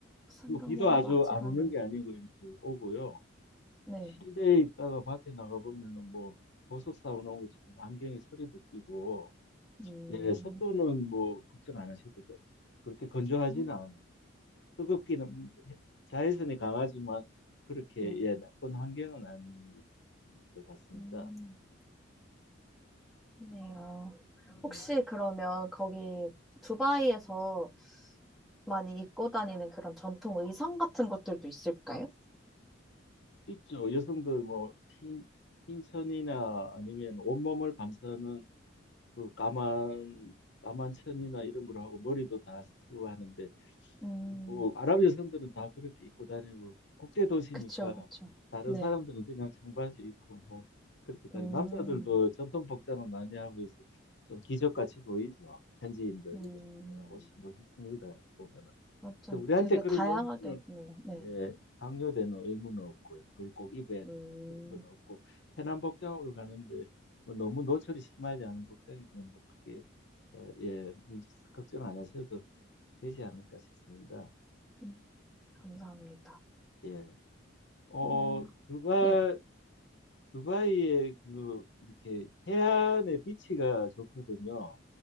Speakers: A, in the centre; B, on the left.
A: 생각만
B: 그리고 비도 아주
A: 해도 아찔하네요.
B: 안 오는 게 아니고 이렇게 오고요.
A: 네.
B: 실내에 있다가 밖에 나가 보면은 뭐 보석 사온 것처럼 안경에 서리도 끼고
A: 음,
B: 예, 습도는 뭐 걱정 안 하셔도 그- 그렇게 건조하지는
A: 음,
B: 않아요. 뜨겁기는 자외선이 강하지만 그렇게
A: 네.
B: 예 나쁜 환경은 아닌 것 같습니다.
A: 음, 좋네요. 혹시
B: 네,
A: 그러면 거기 두바이에서 많이 입고 다니는 그런 전통 의상 같은 것들도 있을까요?
B: 있죠. 여성들 뭐 흰, 흰천이나 아니면 온몸을 감싸는 그 까만 까만 천이나 이런 걸 하고 머리도 다 쓰고 하는데
A: 음,
B: 뭐 아랍 여성들은 다 그렇게 입고 다니고 국제 도시니까
A: 그쵸, 그쵸.
B: 다른
A: 네.
B: 사람들은 그냥 청바지 입고 뭐 그렇게 다니.
A: 음,
B: 남자들도 전통 복장을 많이 하고 해서 좀 기적같이 보이죠. 현지인들
A: 음,
B: 이렇게 보면 옷이 멋있습니다. 보면은.
A: 완전
B: 근데 우리한테
A: 되게
B: 그런
A: 다양하게
B: 의무는
A: 있네요. 네.
B: 예, 강요되는 의무는 없고요. 그걸 꼭 입어야 된다
A: 음.
B: 그런 건 없고 편한 복장으로 가는데 뭐 너무 노출이 심하지 않은 복장이면 뭐 크게 어, 예, 문 걱정 안 하셔도 되지 않을까 싶습니다.
A: 음, 감사합니다.
B: 예. 어,
A: 음,
B: 두바,
A: 네,
B: 두바이의 그, 이렇게 해안의 비치가 좋거든요.